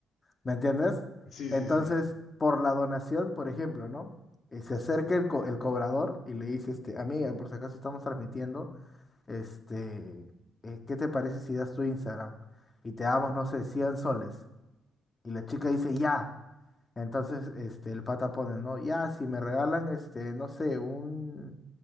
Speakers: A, on the left (about 30°); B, on the left (about 65°).
A: ¿Me entiendes?
B: Sí, sí,
A: Entonces,
B: sí.
A: por la donación, por ejemplo, ¿no? Y se acerca el, co- el cobrador y le dice, este, amiga, por si acaso estamos transmitiendo, este, eh, ¿qué te parece si das tu Instagram? Y te damos, no sé, 100 soles. Y la chica dice, ya. Entonces, este, el pata pone, ¿no? Ya, si me regalan, este, no sé, un,